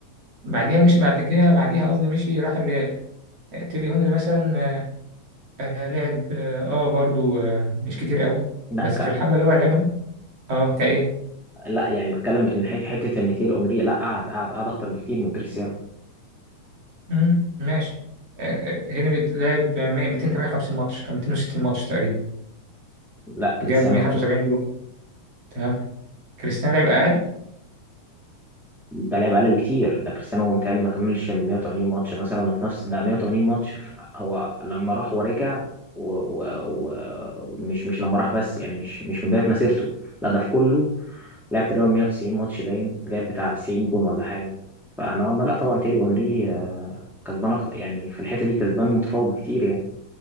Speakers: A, on the right; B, in the centre.
A: بعديها مش بعد كده بعديها قصدي مشي راح الريال آه، تيري هنري مثلا آه، آه، لعب اه آه، برضو آه، مش كتير قوي
B: لا
A: بس
B: ك...
A: في الحبة اللي هو لعبها اه كايه
B: لا يعني بتكلم إن ح- حتة إن تيري أونري لا قعد قعد قعد أكتر بكتير من كريستيانو
A: مم، ماشي آه، آه، هنري لعب 100 258 ماتش او 260 ماتش تقريبا
B: لا كريستيانو
A: جاب 175 جول تمام كريستيانو لعب اقل
B: ده لعب اقل بكتير ده كريستيانو متهيألي ما كملش ال 180 ماتش مثلا في نفس ده 180 ماتش في هو لما راح ورجع و... و... و... ومش مش لما راح بس يعني مش مش من بداية مسيرته لا ده في كله لعب تقريبا 190 ماتش باين لعب بتاع 90 جون ولا حاجة فأنا ما لا طبعا تيري اونري آه، كسبان أكتر يعني في الحتة دي كسبان متفوق بكتير يعني